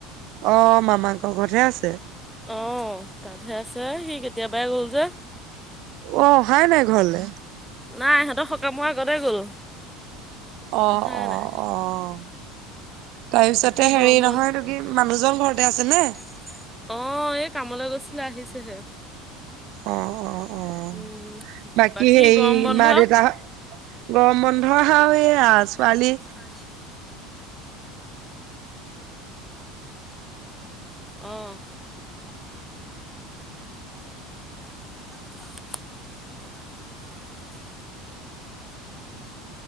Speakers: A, on the right (about 50°); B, in the centre.
A: অহ, মামাকৰ ঘৰতহে আছে।
B: অহ, তাতহে আছে, সি কেতিয়াবাই গ'ল যে।
A: অহ, অহাই নাই ঘৰলে?
B: নাই সিহঁতৰ সকামৰ আগতেই গ'ল।
A: অহ',
B: অহাই
A: অহ',
B: নাই
A: অহ'। তাৰপিছতে
B: বাকী
A: হেৰি
B: গৰম
A: নহয়, এইটো কি মানুহজন ঘৰতে আছেনে?
B: আছেনে? অহ, এই কামলৈ গৈছিলে আহিছেহে।
A: অহ', অহ', অহ'।
B: উম
A: বাকী হেৰি
B: গৰম বন্ধ
A: মা-দেউতাহঁত গৰম বন্ধ <unintelligible> এয়ে আৰু ছোৱালী
B: ছোৱালী অহ। <unintelligible>